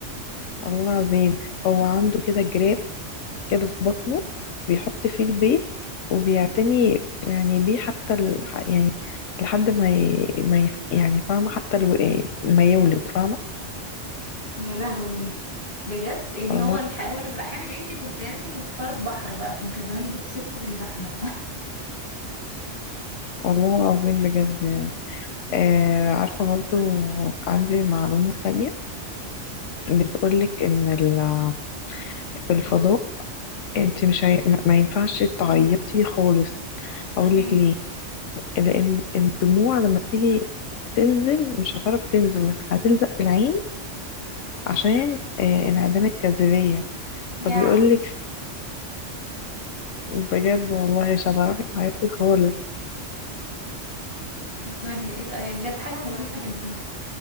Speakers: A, on the left (about 80°); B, on the left (about 50°).
A: والله العظيم هو عنده كده جراب كده في بطنه بيحط فيه البيت وبيعتني يعني بيه حتى ال... يعني لحد ما ي... ما يف... يعني فاهمة حتى الو... ما يولد فاهمة
B: يا لهوي بجد يعني
A: والله
B: هو الح... هو اللي بيبقى حامل يا ريتني كنت يا ريتني كنت فرس بحر بقى عشان كان زماني كنت ست ومش بحمل <laughs>
A: والله العظيم بجد يعني آه عارفة برضو عندي معلومة تانية بتقولك إن ال- في الفضاء انت مش هي... ما ما ينفعش تعيطي خالص أقولك
B: ايه
A: ليه لأن الدموع لما تيجي تنزل مش هتعرف تنزل هتلزق في العين عشان آه انعدام الجاذبية
B: يا
A: فبيقولك بجد والله مش هتعرفي تعيطي خالص
B: بتهزري ايه ده؟ بجد حاجة مقرفة جدا